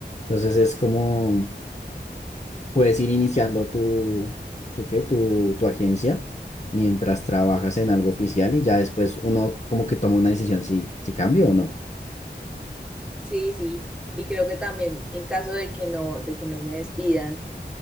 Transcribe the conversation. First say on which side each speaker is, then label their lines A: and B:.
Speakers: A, on the left; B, in the centre.
A: Entonces es como Puedes ir iniciando tu, tu, ¿qué? Tu, tu agencia mientras trabajas en algo oficial y ya después uno como que toma una decisión si, si cambio o no.
B: Sí, sí, y creo que también en caso de que no, de que no me despidan,